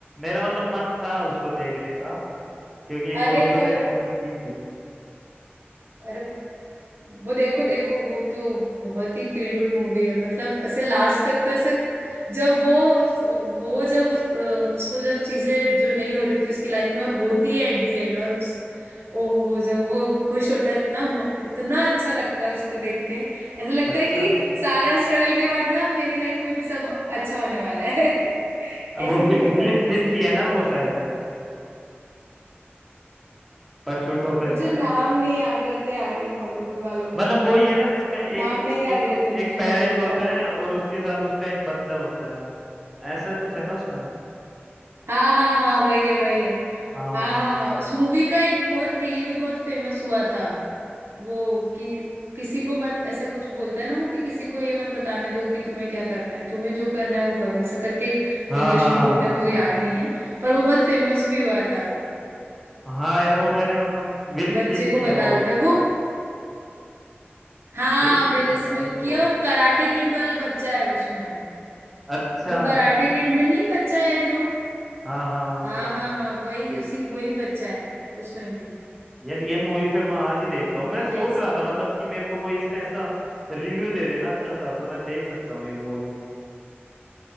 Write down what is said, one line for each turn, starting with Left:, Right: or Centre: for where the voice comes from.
Centre: मेरा मतलब मन था उसको देखने का क्योंकि
Right: अरे
Centre: दोस्तों
Right: वो
Centre: ने रिकमेंड की थी
Right: अरे वो देखो देखो वो तो बहुत ही फील गुड मूवी है मतलब ऐसे लास्ट तक तो ऐसे जब वो वो जब उस- अ, उसको जब चीजें जो नहीं हो रही थी उसकी लाइफ में और होती है एट दी एंड और उस, ओ हो हो जब वो खुश होता है इतना म- इतना अच्छा लगता है उसको देख के ऐसा लगता
Centre: अच्छा
Right: है कि सारा स्ट्रगल के बाद ना मेरी लाइफ में भी सब अच्छा होने वाला है <laughs> ऐसी
Centre: वो
Right: फीलिंग
Centre: वि- विल
Right: आती
Centre: स्मिथ
Right: है उसको
Centre: की है
Right: देख
Centre: ना
Right: के
Centre: वो शायद परस्यूट ऑफ हैप्पीनेस
Right: मुझे नाम नहीं याद रहते यार ये हॉलीवुड वालों
Centre: मतलब
Right: के
Centre: वही है ना जिसमें एक
Right: नाम नहीं याद
Centre: एक
Right: रहते मुझे
Centre: एक पेरेंट
Right: हॉलीवुड
Centre: होता
Right: वालों
Centre: है
Right: के
Centre: और उसके साथ उसका एक बच्चा होता है ऐसा कुछ है ना उसमें
Right: हाँ हाँ हाँ वही है वही है
Centre: हाँ
Right: हाँ हाँ हाँ उस मूवी का एक बहुत रील भी बहुत फेमस हुआ था वो कि किसी को मत ऐसा कुछ बोलता है ना वो कि किसी को ये मत बताने दो कि तुम्हें क्या करना है तुम्हें जो करना है वो करो ऐसा करके एक
Centre: हाँ
Right: इंग्लिश
Centre: हाँ
Right: में कोट है मुझे याद नहीं है पर वो बहुत फेमस भी हुआ था
Centre: हाँ यार वो मैंने मतलब विल
Right: बच्चे
Centre: स्मिथ
Right: को
Centre: की है
Right: बता
Centre: वो
Right: रहे थे वो हाँ
Centre: देखनी
Right: विल
Centre: है यार
Right: स्मिथ
Centre: मेरे
Right: की
Centre: को
Right: है और कराटे किड वाला बच्चा है उसमें
Centre: अच्छा
Right: वो कराटे किड में नहीं बच्चा है जो
Centre: हाँ हाँ मैं
Right: हाँ
Centre: समझ
Right: हाँ
Centre: गया
Right: हाँ वही उसी वही बच्चा है उसमें भी
Centre: यार ये मूवी फिर मैं आज ही देखता हूँ
Right: वो
Centre: मैं सोच
Right: देख सकते
Centre: रहा था मतलब
Right: हो
Centre: कि मेरे को कोई इसका ऐसा रिव्यू दे देना अच्छा सा तो मैं देख सकता हूँ ये मूवी